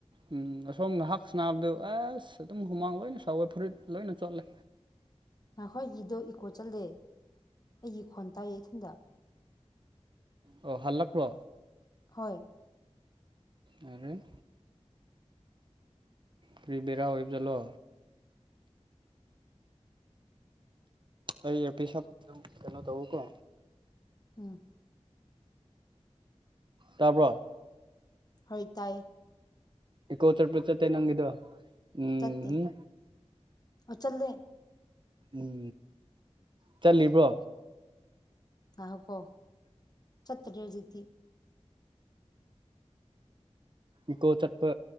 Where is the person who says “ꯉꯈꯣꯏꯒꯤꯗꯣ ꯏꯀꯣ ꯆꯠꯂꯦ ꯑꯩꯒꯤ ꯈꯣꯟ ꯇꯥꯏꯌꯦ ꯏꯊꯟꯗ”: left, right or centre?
Left